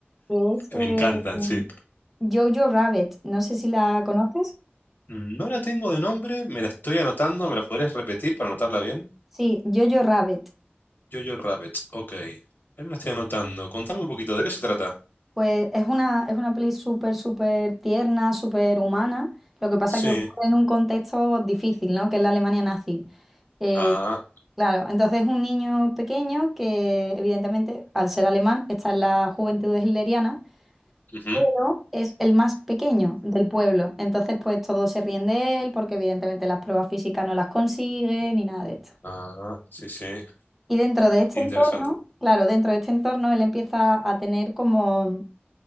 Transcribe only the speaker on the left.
Me
encantan, sí.
No la tengo de nombre, me la estoy anotando, ¿me la podés repetir para anotarla bien?
Jojo Rabbit, ok. Ahí me lo estoy anotando. Contame un poquito, ¿de qué se trata?
Sí.
Ah,
ujú.
Ah, sí, sí.
Interesante.